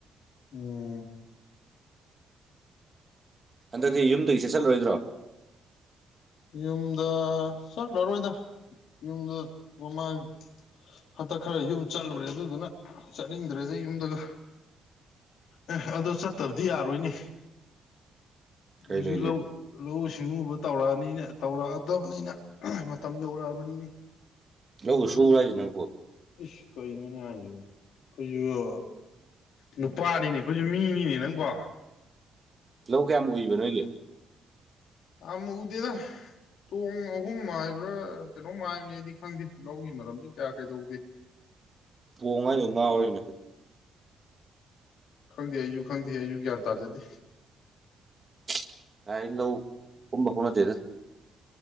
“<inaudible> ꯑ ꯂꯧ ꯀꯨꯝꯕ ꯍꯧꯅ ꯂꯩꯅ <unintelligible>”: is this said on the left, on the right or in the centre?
Right